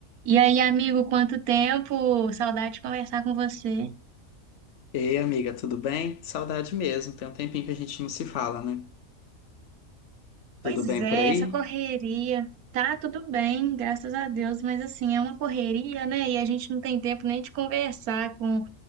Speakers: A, on the right (about 90°); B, on the left (about 65°).
A: E aí, amigo, quanto tempo? Saudade de conversar com você.
B: Ei, amiga, tudo bem? Saudade mesmo. Tem um tempinho que a gente não se fala, né?
A: Pois
B: Tudo bem
A: é,
B: por aí?
A: essa correria. Tá tudo bem, graças a Deus, mas assim, é uma correria, né? E a gente não tem tempo nem de conversar com,